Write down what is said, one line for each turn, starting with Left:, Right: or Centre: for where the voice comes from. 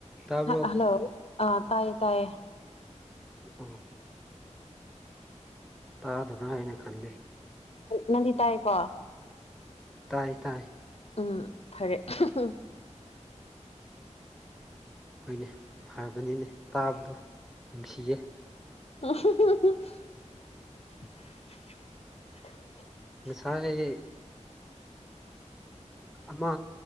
Centre: ꯇꯥꯕ꯭ꯔꯣ
Left: ꯍꯜꯂꯣ ꯑ ꯇꯥꯏꯌꯦ ꯇꯥꯏꯌꯦ
Centre: ꯑꯣ ꯇꯥꯗꯕꯔ꯭ꯍꯥꯏꯅ ꯈꯟꯂꯤ
Left: ꯅꯪꯗꯤ ꯇꯥꯏꯀꯣ
Centre: ꯇꯥꯏ ꯇꯥꯏ
Left: ꯎꯝ ꯐꯔꯦ ꯎꯝ
Centre: ꯍꯣꯏꯅꯦ ꯐꯕꯅꯤꯅꯦ ꯇꯥꯕꯗꯣ ꯅꯨꯡꯁꯤꯌꯦ
Left: ꯑꯍꯝ
Centre: ꯉꯁꯥꯏ ꯑꯃ